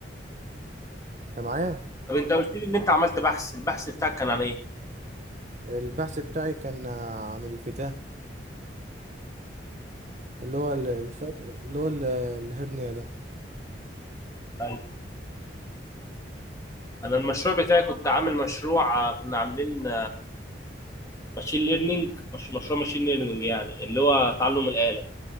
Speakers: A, on the right (about 40°); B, on the left (about 15°).
A: أنت معايا؟
B: طب انت قلت لي ان انت عملت بحث البحث بتاعك كان عن ايه؟
A: البحث بتاعي كان آه، عن الفتاة اللي هو ال- الفات اللي هو ال- الهرنية ده
B: ايوه انا المشروع بتاعي كنت عامل مشروع آه، كنا عاملين ماشين ليرنينج مش مشروع ماشين ليرنينج يعني اللي هو تعلم الآلة